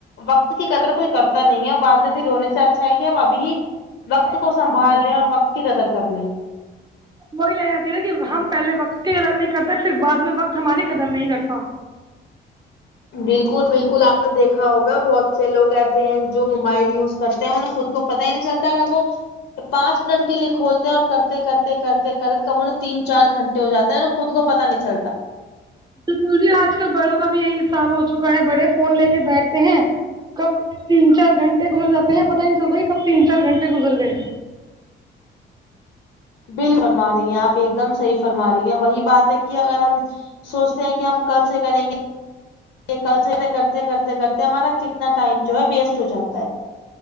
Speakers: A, on the left; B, on the right.
A: وقت کی قدر کوئی کرتا نہیں ہے بعد میں پھر رونے سے اچھا ہے کہ ابھی ہی وقت
B: ہے
A: کو سنبھال لیں اور وقت کی قدر کر لے
B: وہی لے جاتتی نا کہ ہم پہلے وقت کی قدر نہیں کرتے پر بعد میں وقت ہماری قدر نہیں کرتا
A: بالکل بالکل آپ نے دیکھا ہوگا بہت سے لوگ ایسے ہیں جو موبائل یوز کرتے ہیں انہیں خود کو پتاہ ہی نہیں چلتا اگر وہ پانچ منٹ کے لیے کھولتے ہیں اور کرتے کرتے کرتے کرتے کب انیں تین چار گھنٹے ہو جاتا ہے ن خود کو پتا نہیں چلتا
B: بالکل بھیی آج کل بڑوں کا بھی یہی حساب ہو چکا ہے بڑے فون لے کے بیٹھتے ہیں کب تین چار گھنٹے گزر جے ہیں پت ہی نہیں چلتا کب تین چار گھنٹے گزر گئے
A: بل فرما رہی ہیں آپ ایک دم صحیح فرما رہی ہیں وہی بات ہے کہ اگر ہم سوچتے ہیں کہ ہم کل سے کریں گے یہ کل سے کرتے کرتے کرتے ہمارا کتنا ٹائم جو ہے ویسٹ ہو جاتا ہے